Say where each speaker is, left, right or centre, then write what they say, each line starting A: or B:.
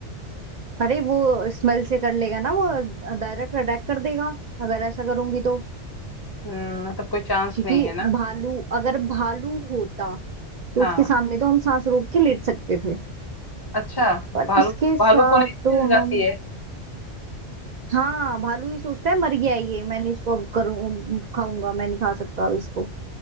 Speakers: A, on the right; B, on the left.
A: अरे वो स्मेल से कर लेगा ना वो डायरेक्ट अटैक कर देगा अगर ऐसा करूंगी तो
B: हम्म, मतलब कोई चांस
A: क्योंकि
B: नहीं है ना
A: भालू अगर भालू होता तो
B: हाँ
A: उसके सामने तो हम सांस रोक के लेट सकते थे
B: अच्छा
A: पर
B: भालू
A: इसके साथ
B: भालू को नहीं
A: तो
B: मिल जाती
A: हम
B: है
A: हाँ भालू ये सोचता है मर गया है ये मैंने इसको अब करूँ खाऊंगा मैं नहीं खा सकता अब इसको